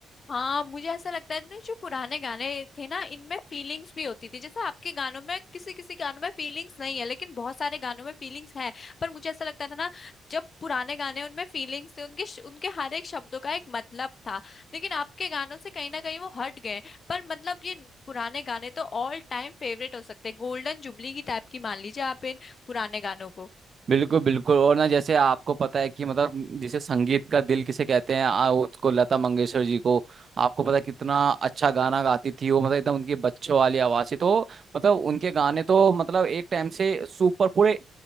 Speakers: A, on the left; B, on the right.
A: हाँ मुझे ऐसा लगता है ना जो पुराने गाने थे ना इनमें फीलिंग्स भी होती थी जैसे आपके गानों में किसी किसी गानों में फीलिंग्स नहीं है लेकिन बहुत सारे गानों में फीलिंग्स है पर मुझे ऐसा लगता था ना जब पुराने गाने उनमें फीलिंग्स थे उनके श- उनके हर एक शब्दों का एक मतलब था लेकिन आपके गानों से कहीं ना कहीं वो हट गए पर मतलब ये पुराने गाने तो ऑल टाइम फेवरेट हो सकते हैं गोल्डन जुबली की टाइप की मान लीजिए आप इन पुराने गानों को
B: बिल्कुल बिल्कुल और ना जैसे आपको पता है कि मतलब जिसे संगीत का दिल किसे कहते हैं आ, उसको लता मंगेशकर जी को आपको पता है कितना अच्छा गाना गाती थी वो मतलब एकदम उनकी बच्चों वाली आवाज थी तो मतलब उनके गाने तो मतलब एक टाइम से सुपर पूरे